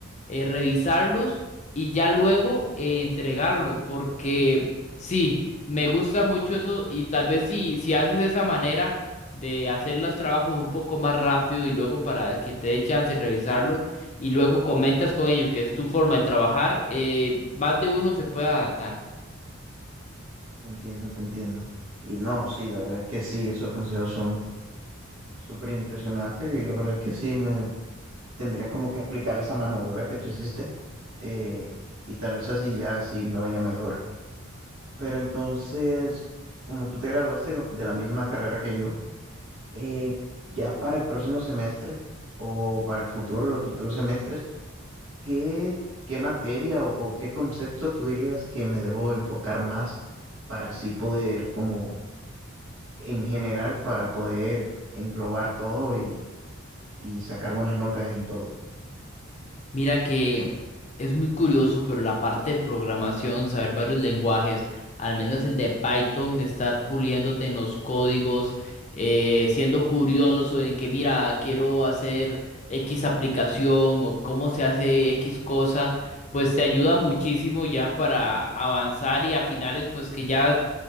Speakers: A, on the left; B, on the right.
A: eh, revisarlos y ya luego eh, entregarlo, porque sí, me gusta mucho eso y tal vez si, si haces de esa manera de hacer los trabajos un poco más rápido y luego para que te dé chance de revisarlos y luego comentas con ellos que es tu forma de trabajar, eh, más de uno se puede adaptar.
B: Te entiendo, te entiendo. Y no, sí, la verdad es que sí, esos consejos son súper impresionantes y la verdad es que sí, me tendría como que aplicar esa mano dura que tú hiciste eh, y tal vez así ya sí me vaya mejor. Pero entonces, como tú te graduaste de la misma carrera que yo, eh, ya para el próximo semestre o para el futuro, los futuros semestres, ¿qué, qué materia o, o qué concepto tú dirías que me debo enfocar más para así poder como en general para poder englobar todo y, y sacar buenas notas en todo.
A: Mira que es muy curioso, pero la parte de programación, saber varios lenguajes, al menos el de Python, estar puliéndote en los códigos, eh, siendo curioso en que, mira, quiero hacer X aplicación o cómo se hace X cosa, pues te ayuda muchísimo ya para avanzar y a finales, pues que ya